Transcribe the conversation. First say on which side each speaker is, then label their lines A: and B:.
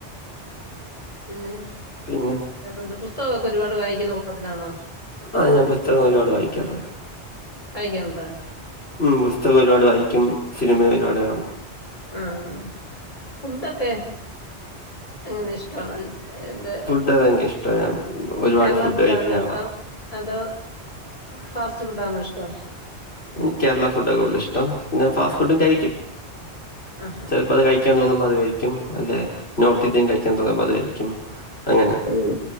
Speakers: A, on the left; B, on the left.
A: പിന്നെ
B: പിന്നെ
A: വെറെ എന്തൊക്കെ പുസ്തകം ഒക്കെ ഒരുപാട് വായിക്കുന്ന കൂട്ടത്തിലാണോ
B: ആഹ് ഞാൻ പുസ്തകം ഒരുപാട് വായിക്കാറുണ്ട്
A: വായിക്കെൽണ്ടാ?
B: ഉം പുസ്തകം ഒരുപാട് വായിക്കും സിനിമ ഒരുപാട് കാണും
A: ആഹ് ഫുഡൊക്കെ? എങ്ങനെ ഇഷ്ടാണോ ഇൺ എന്താ
B: ഫുഡൊക്കെ ഇൻക്ക് ഇഷ്ടാ ഞാൻ ഒരുപാട്
A: കേരള
B: ഫുഡ്
A: ഫുഡാണോ
B: കഴിക്കുന്ന
A: ഇഷ്ടം
B: ആളാ
A: അതോ ഫാസ്റ്റ് ഫുഡാന്നോ ഇഷ്ടം?
B: ഇൻക്ക് കേരളാ ഫുഡാ കൂട്തെൽ ഇഷ്ടം ഇന്നാ ഫാസ്റ്റ്
A: ആണോ
B: ഫുഡും കാഴിക്കും
A: ആഹാ
B: ചെലപ്പം അത് കഴി ക്കാൻ തോന്നുമ്പോ അത് കഴിക്കും അല്ലെ നോർത്ത് ഇന്ത്യൻ കഴിക്കാൻ തോന്നുമ്പോ അത് കഴിക്കും അങ്ങനെ
A: ഉം